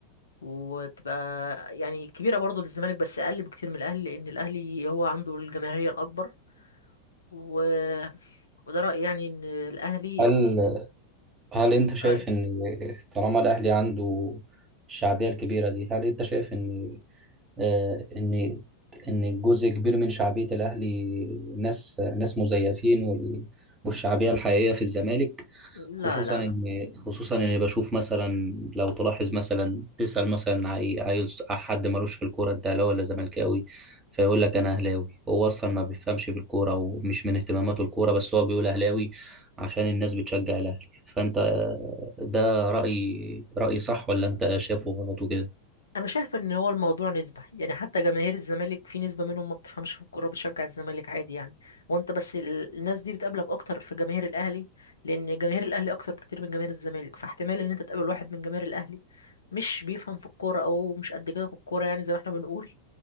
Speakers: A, on the left; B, on the right.
A: وبتبقى يعني كبيره برضه للزمالك بس اقل بكتير من الاهلي لان الاهلي هو عنده الجماهيريه الاكبر و... وده رايي يعني ان الاهلي
B: هل هل انت شايف
A: ايوه
B: ان طالما الاهلي عنده الشعبيه الكبيره دي هل انت شايف ان آه، ان ان جزء كبير من شعبيه الاهلي ناس ناس مزيفين وال- والشعبيه الحقيقيه في الزمالك
A: لا
B: خصوصا
A: لا
B: ان
A: لا
B: خصوصا اني بشوف مثلا لو تلاحظ مثلا تسال مثلا عي- عيل ص- حد ملوش في الكوره انت اهلاوي ولا زملكاوي فيقول لك انا اهلاوي هو اصلا ما بيفهمش بالكوره ومش من اهتماماته الكوره بس هو بيقول اهلاوي عشان الناس بتشجع الاهلي فانت ده رايي رايي صح ولا انت شايفه غلط وكده
A: انا شايف ان هو الموضوع نسبه يعني حتى جماهير الزمالك في نسبه منهم ما بتفهمش في الكوره بتشجع الزمالك عادي يعني وانت بس ال- الناس دي بتقابلك اكتر في جماهير الاهلي لان جماهير الاهلي اكتر بكتير من جماهير الزمالك فاحتمال ان انت تقابل واحد من جماهير الاهلي مش بيفهم في الكوره او مش قد كده في الكوره يعني زي ما احنا بنقول